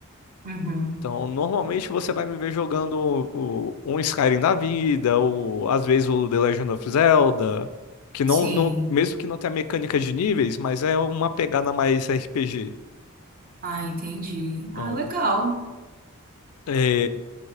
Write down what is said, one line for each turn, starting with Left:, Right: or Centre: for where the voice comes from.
Right: Uhum.
Left: Então, normalmente você vai me ver jogando o- um Skyrim da vida, ou às vezes o The Legend of Zelda, que não,
Right: Sim.
Left: não, mesmo que não tenha mecânica de níveis, mas é uma pegada mais RPG.
Right: Ah, entendi.
Left: Então,
Right: Ah, legal.
Left: é,